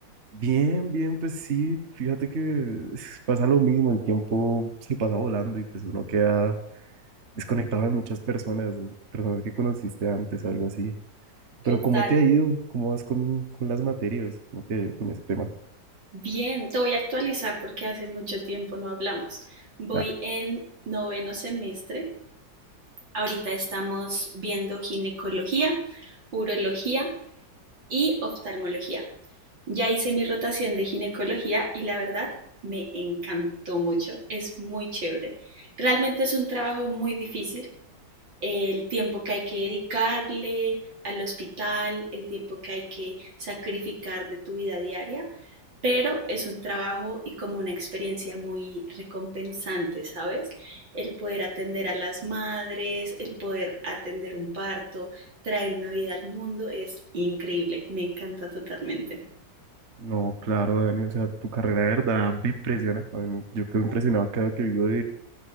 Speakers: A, on the right; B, on the right.
A: Bien, bien, pues sí, fíjate que <laughs> es- pasa lo mismo, el tiempo se pasa volando y pues uno queda desconectado de muchas personas, de personas que conociste antes, algo así.
B: Total.
A: Pero ¿cómo te ha ido? ¿Cómo vas con, con las materias? ¿Cómo te ha ido con ese tema?
B: Bien, te voy a actualizar porque hace mucho tiempo no hablamos. Voy
A: Dale.
B: en noveno semestre. Ahorita estamos viendo ginecología, urología y oftalmología. Ya hice mi rotación de ginecología y la verdad me encantó mucho, es muy chévere. Realmente es un trabajo muy difícil, el tiempo que hay que dedicarle al hospital, el tiempo que hay que sacrificar de tu vida diaria, pero es un trabajo y como una experiencia muy recompensante, ¿sabes? El poder atender a las madres, el poder atender un parto, traer una vida al mundo, es increíble, me encanta totalmente.
A: No, claro, Dani, o sea, tu carrera de verdad me impresiona. A mí- yo quedo impresionado cada que digo